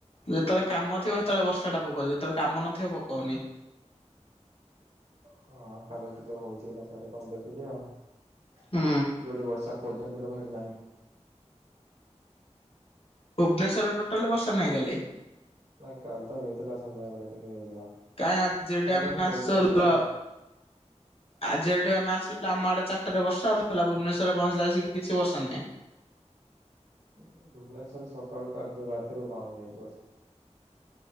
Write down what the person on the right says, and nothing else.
ହଁ କାଲି ଟିକ ତ ହଉଚ ଗଲା ସେଠି କମ ଦେଖୁଛି ଆଉ <unintelligible>
ଯୋଉଠି ବର୍ଷା ଖୋଜଛନ୍ତି ଲୋକ ହେଇଠି ନାହିଁ।
ନାଇଁ କାଲି ତ ହେଇଥିଲା ସନ୍ଧ୍ୟା ବେଳେ ଟିକେ ହେଇଥିଲା।
ଆରେ ଯୁଆଡେ
ଖୋଜୁଛନ୍ତି ସେ
ଆସ
ଭୁବନେଶ୍ୱରରେ ସକାଳୁ କାଲିଠୁ ରାତିରୁ ବନ୍ଦ ହେଇଯାଇଛି ବର୍ଷା।